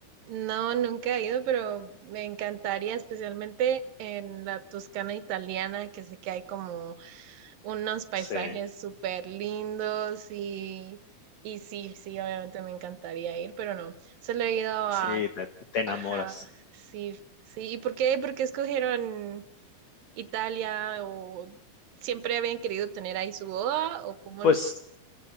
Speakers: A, on the right; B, on the left.
A: No, nunca he ido, pero me encantaría, especialmente en la Toscana italiana, que sé que hay como unos paisajes
B: Sí,
A: súper lindos y, y sí, sí, obviamente me encantaría ir, pero no, solo he ido a...
B: sí, te te enamoras.
A: Ajá, sí, sí. ¿Y por qué? ¿Por qué escogieron Italia o siempre habían querido tener ahí su boda o cómo
B: Pues,